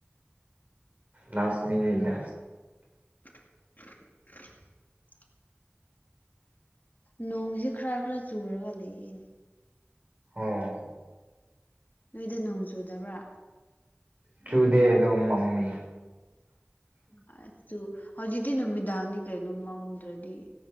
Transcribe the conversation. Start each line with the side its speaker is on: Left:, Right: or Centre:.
Right: ꯂꯥꯁ ꯃꯤꯅꯤꯠꯗ
Left: <unintelligible> ꯅꯣꯡꯖꯦ ꯈꯔ ꯈꯔ ꯆꯨꯔꯒ ꯂꯩꯌꯦꯅꯦ
Right: ꯑꯣ
Left: ꯅꯣꯏꯗ ꯅꯣꯡ ꯆꯨꯗꯕ꯭ꯔꯥ
Right: ꯆꯨꯗꯦ ꯗꯣ ꯃꯝꯃꯦ
Left: ꯑ ꯆꯨ ꯍꯧꯖꯤꯛꯇꯤ ꯅꯨꯃꯤꯗꯥꯡꯅꯤ ꯀꯩꯅꯣ ꯃꯝꯗ꯭ꯔꯗꯤ